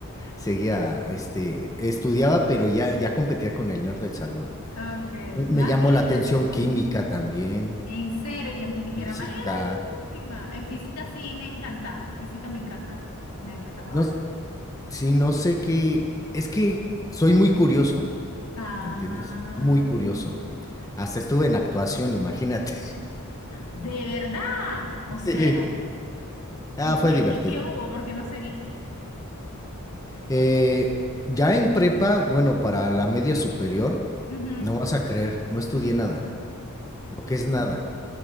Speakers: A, on the left (about 15°); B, on the left (about 85°).
A: seguía, este, estudiaba, pero ya, ya competía con el nerd del salón.
B: Ok, imagínate,
A: Me, me llamó la atención
B: pues.
A: química también,
B: En serio, yo en química
A: física.
B: era malísima. En física sí me encantaba, física me encantaba, me gustaba
A: No,
B: bastante.
A: s- sí, no sé qué. Es que soy muy curioso,
B: Ah,
A: ¿me entiendes? Muy curioso. Hasta estuve en actuación, imagínate.
B: de verdad, o
A: <laughs>
B: sea,
A: Sí. Ah,
B: ¿y
A: fue
B: qué,
A: divertido.
B: y qué hubo? ¿Por qué no seguiste?
A: Eh, ya en prepa, bueno, para la media superior,
B: Ujú.
A: no vas a creer, no estudié nada. Lo que es nada,